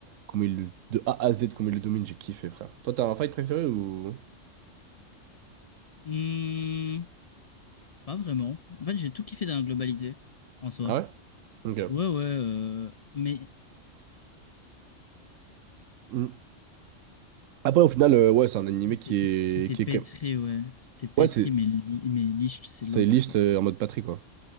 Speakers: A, on the right; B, on the left.
A: comment il le- de A à Z, comment il le domine, j'ai kiffé, frère. Toi, t'as un fight préféré ou?
B: Hmm, pas vraiment. En fait, j'ai tout kiffé dans la globalité, en soi.
A: Ah ouais? Ok.
B: Ouais, ouais, euh, mais
A: Mm. Après, au final, euh, ouais, c'est un animé
B: c'était
A: qui est,
B: c'était
A: qui
B: pétri,
A: est quand même-
B: ouais. C'était pétri,
A: Ouais, c'est,
B: mais, Li- mais Licht, c'est
A: c'est
B: l'autre,
A: liste
B: en fait.
A: euh, en mode Patrick, quoi.